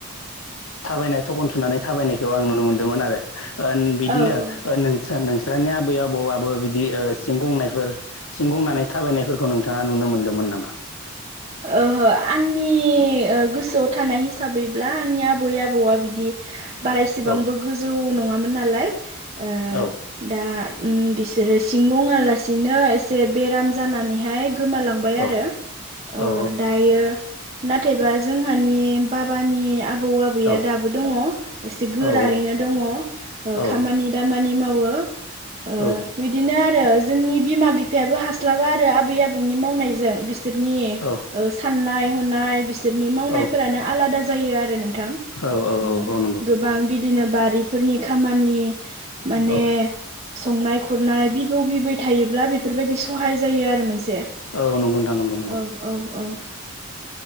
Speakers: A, on the left; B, on the right.
A: थाबायनाय थखन थुनानै थाबायनायखौ आं नुनो मोनदोंमोन आरो ओ बिदिनो
B: औ औ
A: नों नोस्रा नोंस्रानि आबै आबौ आबौ बिदि सिं गंनायफोर सिं गंनानै थाबायनायफोरखौ नोंथाङा नुनो मोनदोंमोन नामा?
B: ओहो आंनि गोसोआव थानाय हिसाबैब्ला आंनि आबै आबौआ बिदि बारायसेबांबो
A: औ
B: गोजौ नङामोन नालाय ओ
A: औ
B: दा ओम बिसोरो सिं गङालासिनो एसे बेराम जानानैहाय गोमालां बाय
A: औ
B: आरो ओम
A: औ
B: दायो नाथायबा जोंहानि बाबानि आबौ आबैया
A: औ
B: दाबो दङ एसे गोरैनो
A: औ
B: दङ
A: औ
B: खामानि दामानि मावो। ओ
A: औ
B: बिदिनो आरो जोंनि बिमा बिफायाबो हास्लाबा आरो आबै आबौनि मावनायजों। बिसोरनि
A: औ
B: ओ साननाय हनाय बिसोरनि मावनायफोरानो
A: औ
B: आलादा जायो आरो नोंथां।
A: औ
B: उम
A: औ औ नंगौ
B: गोबां बिदिनो बारिफोरनि खामानि माने
A: औ
B: संनाय खुरनाय बिबौ बिबै थायोब्ला बेफोरबायदि सहाय जायो आरो मोनसे।
A: औ नंगौ नोंथां नंगौ नंगौ।
B: औ औ औ